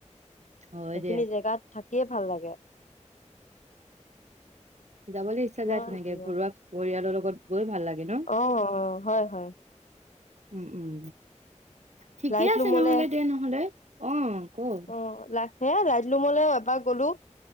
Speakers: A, on the right; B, on the left.
A: হয়
B: সেইখিনি
A: দে
B: জেগাত থাকিয়ে ভাল লাগে।
A: যাবলৈ ইচ্ছা
B: ইমান
A: যায় ধুনীয়াকে,
B: ধুনীয়া
A: ঘৰুৱা পৰিয়ালৰ লগত গৈ ভাল লাগে ন'?
B: অ' হয় হয়।
A: উম, উম। ঠিকেই
B: লাইট
A: আছে
B: লুমলে
A: নহ'লে দে নহ'লে। অ' ক'ত?
B: অ' লাখে লাইট ৰুমলেও এবাৰ গ'লোঁ।